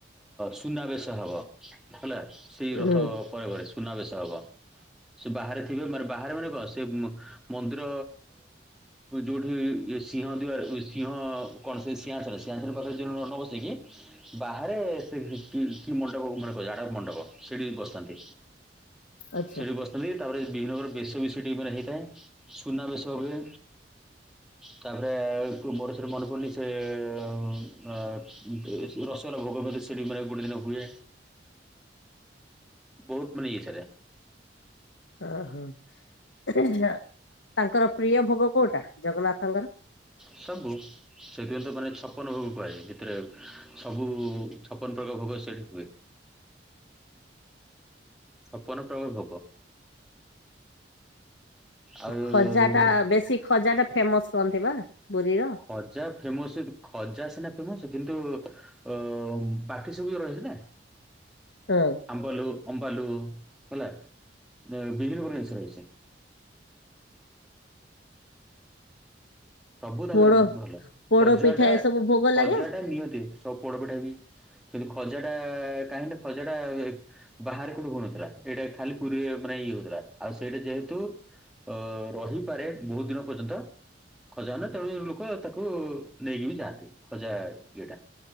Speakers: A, in the centre; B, on the left.
A: ସୁନାବେଶ ହେବ ହେଲା। ସେଇ ରଥ
B: ହୁଁ
A: ପରେ ପରେ ସୁନାବେଶ ହବ। ସେ ବାହାରେ ଥିବେ ମାନେ ବାହାରେ ମାନେ କଣ ସେ ମନ୍ଦିର ଯୋଉଠି ସିଂହଦ୍ୱାର ସିଂହ କଣ ସେ ସିଂହାସନ ସିଂହାସନ ପାଖରେ ନ ବସେଇକି ବାହାରେ ସେ କି କି ମଣ୍ଡପ ମାନେ ପଡ଼ିଲା ଆଡପ ମଣ୍ଡପ ସେଇଠି ବସିଥାନ୍ତି।
B: ଆଚ୍ଛା
A: ସେଇଠି ବସ୍ ହୁଏ ତାପରେ ବିଘ୍ନ ଙ୍କର ବେଶ ବି ସେଟି ମାନେ ହେଇଥାଏ ସୁନା ବେଶ ହୁଏ। ତାପରେ ଆଉ ମୋର ସେଠୁ ମନେ ପଡନି ସେ ଅ ଅ ଯୋଉ ରସଗୋଲା ଭୋଗ ମଧ୍ୟ ସେଠି ମାନେ ଗୋଏ ଦିନ ହୁଏ। ବହୁତ ମାନେ ଇଏ ଚାଲେ।
B: ଅ ହ ତାଙ୍କର। ପ୍ରିୟ ଭୋଗ କୋଉଟା ଜଗନ୍ନାଥଙ୍କର।
A: ସବୁ ସେଥିପାଇଁ ତ ମାନେ ଛପନ ଭୋଗ କୁହାଯାଏ ଭିତରେ ସବୁ। ଛପନ ପ୍ରକାର ଭୋଗ ସେଠି ହୁଏ। ଛପନ ପ୍ରକାର ଭୋଗ ଆଉ।
B: ଖଜା ଟା ବେଶୀ ଖଜା ଟା ଫେମସ କହନ୍ତି ବା ପୁରୀ ର।
A: ଖଜା ଫେମସ୍ ସେଠି ଖଜା ସିନା ଫେମସ୍ କିନ୍ତୁ ଅ। ହୁଁ ପାଟି ସୁବି ବାର ଅଛି ନା।
B: ହଁ।
A: ଆମ୍ବଲୁ ଅମ୍ବାଲୁ ହେଲା ବିଭିନ୍ନ ପ୍ରକାର ଜିନିଷ ରହିଛି। ସବୁ ତାଙ୍କର
B: ପୋଡ
A: ଭଲ
B: ପୋଡ
A: ଖଜାଟା
B: ପିଠା ଏସବୁ ଭୋଗ ଲାଗେ
A: ଖଜାଟା ନିଅନ୍ତି। ସବୁ ପୋଡପିଠା ବି କିନ୍ତୁ ଖଜା ଟା କାହିଁକି ନା ଖଜା ଟା। ବାହାରେ କୋଉଠେ ହଉନଥିଲା ଏଇଠେ ଖାଲି ପୁରୀରେ ମାନେ ଇଏ ହଉଥିଲା ଆଉ ସେଇଟା ଯେହେତୁ। ଅ ରହିପାରେ ବହୁତ ଦିନ ପର୍ଯ୍ୟନ୍ତ। ଖଜା ନା ତେଣୁ ଏ ଲୋକ ତାକୁ ନେଇକି ବି ଯାଆନ୍ତି ଖଜା ଇଏଟା।